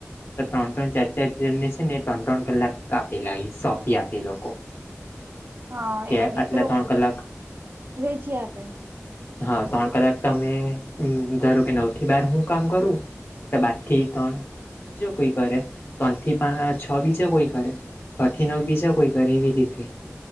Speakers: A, on the left (about 55°); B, on the right (about 50°).
A: ત્રણ ત્રણ ચાર ચાર જણને છે ને એ ત્રણ ત્રણ કલાક આપી લા હે સોંપી આપી લોકો <inaudible>
B: હા
A: કે
B: એટલે ડીપેલું
A: આટલા ત્રણ કલાક
B: વેચી આપે
A: હા ત્રણ કલાક તમે ધારો કે નવ થી બાર હું કામ કરું તો બાર થી ત્રણ બીજો કોઈ કરે ત્રણથી પાચ છ બીજો કોઈ કરે છ થી નવ બીજા કોઈ કરે એવી રીતે